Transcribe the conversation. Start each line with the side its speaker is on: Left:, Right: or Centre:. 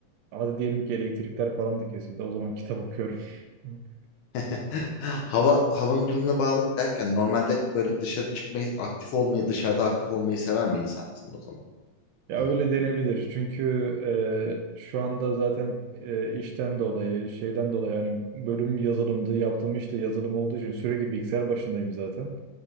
Right: hadi diyelim ki elektrikler falan da kesildi. O zaman kitap okuyorum. <laughs>
Left: <laughs> Hava havanın durumuna bağlı derken normalde böyle dışarı çıkmayı, aktif olmayı, dışarıda aktif olmayı seven bir insansın o zaman.
Right: Ya
Left: mı?
Right: öyle denebilir. Çünkü eee, şu anda zaten eee, işten dolayı, şeyden dolayı yani bölüm yazılımdı. Yaptığım iş de yazılım olduğu için sürekli bilgisayar başındayım zaten.